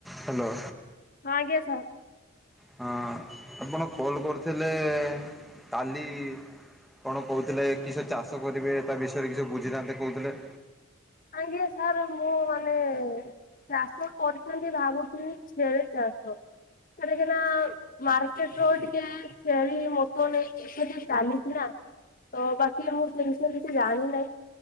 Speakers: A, in the centre; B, on the left.
A: Hello.
B: ହଁ ଆଜ୍ଞା sir
A: ହଁ ଆପଣ କଲ୍ କରୁଥିଲେ କାଲି। କଣ କହୁଥିଲେ କି ସେ ଚାଷ କରିବେ। ତା ବିଷୟରେ କିଛି ସେ ବୁଝିଥାନ୍ତେ କହୁଥିଲେ।
B: ଆଜ୍ଞା ସାର୍ ମୁଁ ମାନେ ଚାଷ କରିଥାନ୍ତି ଭାବୁଥିଲି ଛେଳି ଚାଷ। ସେଟାକିନା ମାର୍କେଟ ରୋଡ ଟିକେ ଛେଳି ମୋଟ ନେଇକି ଚାଲିଛି ନା। ତ ବାକି ମୁଁ ସେ ବିଷୟରେ କିଛି ଜାଣିିନାହିଁ।